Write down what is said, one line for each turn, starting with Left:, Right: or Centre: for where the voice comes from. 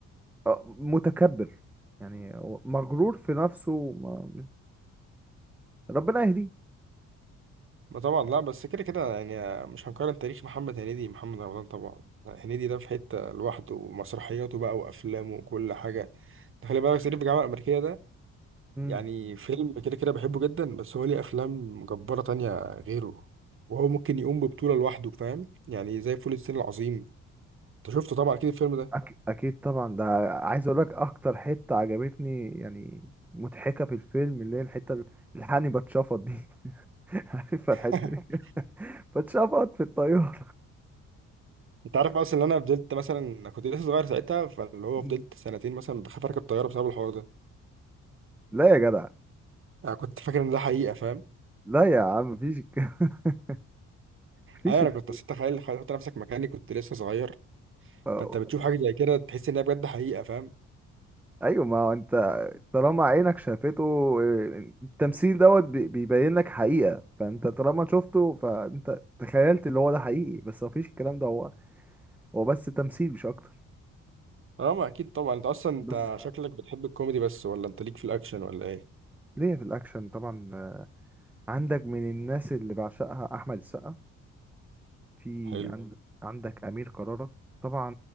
Centre: آه، متكبر يعني هو مغرور في نفسه ما- ربنا يهديه
Right: ما طبعا لا بس كده كده يعني مش هنقارن تاريخ محمد هنيدي محمد رمضان طبعا هنيدي ده في حتة لوحده ومسرحياته بقى وأفلامه وكل حاجة ده خلي بالك صعيدي في الجامعة الأمريكية ده
Centre: مم.
Right: يعني فيلم كده كده بحبه جدا بس هو ليه أفلام جبارة تانية غيره وهو ممكن يقوم ببطولة لوحده فاهم يعني زي فول الصين العظيم انت شفته طبعا اكيد الفيلم ده
Centre: أك... اكيد طبعا ده عايز اقول لك اكتر حته عجبتني يعني مضحكه في الفيلم اللي هي الحته ال- الحقني بتشفط دي <laughs> عارفها الحته
Right: <laughs>
Centre: دي <laughs> بتشفط في الطياره
Right: انت عارف اصلا ان انا فضلت مثلا أنا كنت لسه صغير ساعتها فاللي هو
Centre: مم.
Right: فضلت سنتين مثلا بخاف اركب طياره بسبب الحوار ده
Centre: لا يا جدع
Right: انا كنت فاكر ان ده حقيقه فاهم
Centre: لا يا عم مفيش الك- <laughs> مفيش
Right: ايوه انا
Centre: الك-
Right: كنت أصل تخيل تخيل تحط نفسك مكاني كنت لسه صغير
Centre: أو-
Right: فانت بتشوف حاجه زي كده تحس انها بجد حقيقه فاهم
Centre: ايوه ما هو انت طالما عينك شافته إيه، التمثيل دوت بي- بيبين لك حقيقه فانت طالما شفته فانت تخيلت اللي هو ده حقيقي بس مفيش الكلام ده هو هو بس تمثيل مش اكتر
Right: اه ما اكيد طبعا انت اصلا انت
Centre: بس
Right: شكلك بتحب الكوميدي بس ولا انت ليك في الاكشن ولا ايه
Centre: ليه في الاكشن طبعا عندك من الناس اللي بعشقها احمد السقا في
Right: حلو
Centre: مم. عند عندك امير كرارة طبعا